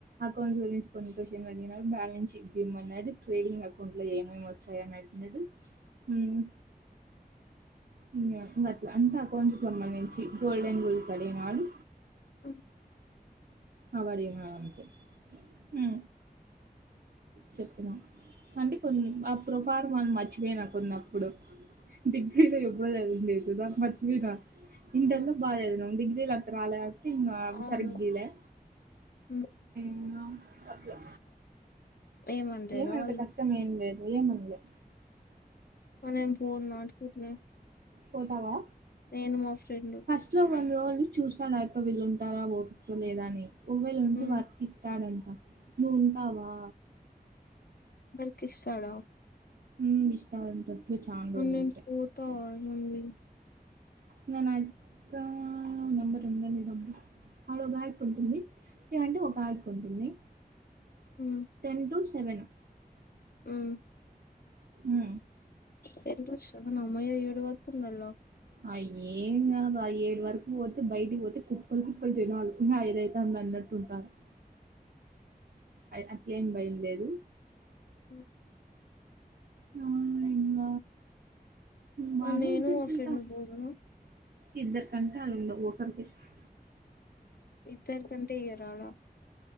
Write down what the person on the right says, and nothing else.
అకౌంట్స్ గురించి కొన్ని క్వషన్ తినడిగినాడు బాలెన్స్ షీట్ గిమ్మన్నాడు ట్రేడింగ్ అకౌంట్ లో ఏమేమి వస్తయో అని అడిగినడూ మ్ ఇంగేమ్ ఇంగ అట్ల అంటే అకౌంట్స్ కి సంబంధించి గోల్డ్డెన్ రూల్స్ అడిగినాడు
అలా అడిగినాడు అంతే ఊ చెప్పినా అంటే కొన్ని ఆ ప్రోఫార్మాని మర్చిపోయినా కొన్నప్పుడు డిగ్రీలో ఎప్పుడో చదివంది లేదు దా మర్చిపోయిన ఇంటర్లో
బాగా చదివినాం డిగ్రీలంత రాలే కాబట్టి ఇంకా
సరిగ్గా ఇయ్యలే
ఇంగా అట్లా
ఏమంత
కష్టం ఏం లేదు ఏముందిలే
పోతావా
ఇంట్లో కొన్ని రోజులు చూసాడు అయిపో వీళ్ళు ఉంటారా ఓపితో లేదా అని ఒకవవేళ ఉంటే
వర్క్ ఇస్తాడంట నువ్వు ఉంటావా
ఉ ఇస్తాడంట అట్లే చానా
రోజులుంటే.
నే నా అక్క నంబర్ ఉందా లేదా ఆడగాయక్క ఉంటుంది ఓ గాయక్క ఉంటుంది ఉంటుంది
టెన్ టు సెవెను
ఉ
అ ఏం కాదు ఏడు వరకు పోతే బయటకి పోతే కుప్పలు కుప్పలు జనాలు ఇంకా ఐదాతాంది అన్నట్టు ఉంటారు అట్లే ఏమి భయం లేదు
ఔనింగ బానే
అనిపించిందా
ఇద్దరి కంటే అళ్ళ ఉండవు అనిపించింది